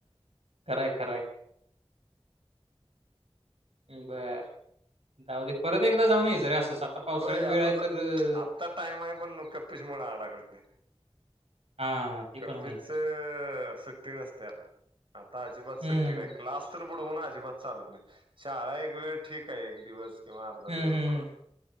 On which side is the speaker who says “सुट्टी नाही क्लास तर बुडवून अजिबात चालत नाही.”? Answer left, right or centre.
Right